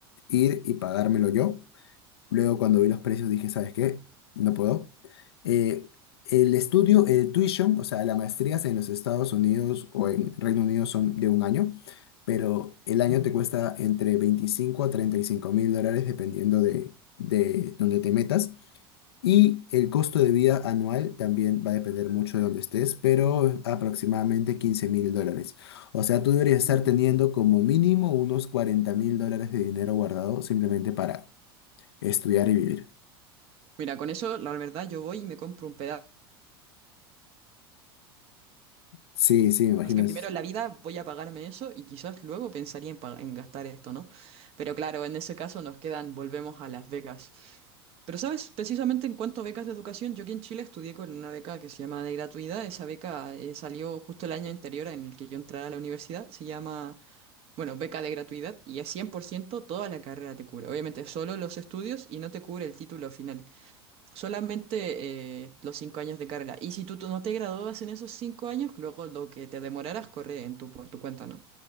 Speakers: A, on the left; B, on the right.
A: ir y pagármelo yo. Luego, cuando vi los precios, dije, ¿sabes qué? No puedo. Eh, el estudio, el tuition, o sea, las maestrías en los Estados Unidos o en Reino Unido son de un año, pero el año te cuesta entre veinticinco a treinta y cinco mil dólares dependiendo de, de dónde te metas. Y el costo de vida anual también va a depender mucho de dónde estés, pero aproximadamente quince mil dólares. O sea, tú deberías estar
B: Mm.
A: teniendo como mínimo unos cuarenta mil dólares de dinero guardado simplemente para estudiar y vivir.
B: Mira, con eso, la verdad, yo voy y me compro un pedazo.
A: Sí, sí, me imagino.
B: Así que
A: es-
B: primero en la vida voy a pagarme eso y quizás luego pensaría en, pa- en gastar esto, ¿no? Pero claro, en ese caso nos quedan, volvemos a las becas. Pero sabes, precisamente en cuanto a becas de educación, yo aquí en Chile estudié con una beca que se llama de gratuidad. Esa beca eh, salió justo el año anterior en el que yo entré a la universidad. Se llama, bueno, beca de gratuidad y es 100% toda la carrera te cubre. Obviamente solo los estudios y no te cubre el título final. Solamente eh, los cinco años de carrera. Y si tú, tú no te graduabas en esos cinco años, luego lo que te demoraras corre en tu, por tu cuenta, ¿no?